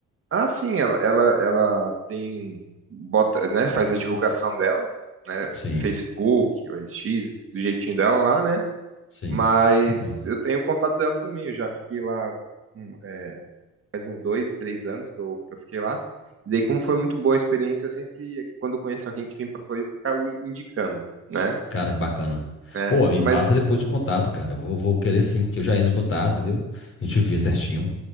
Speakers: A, on the right; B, on the left.
A: Ah, sim, ela, ela, ela tem, bota, né, faz a divulgação dela, né,
B: Sim,
A: Facebook, o L X, do jeitinho dela lá, né,
B: sim.
A: mas
B: Olha que massa.
A: eu tenho o contato dela também, eu já fiquei lá hum, é, faz uns dois, três anos que eu, que eu fiquei lá, e daí como foi muito boa a experiência, eu sempre, quando eu conheço alguém que vem pra Floripa, eu acabo indicando, né,
B: Cara, que bacana.
A: né,
B: Ou, me
A: mas,
B: passa depois o contato, cara. Eu Vou, vou querer sim, que eu já entro em contato, entendeu? A gente vê certinho.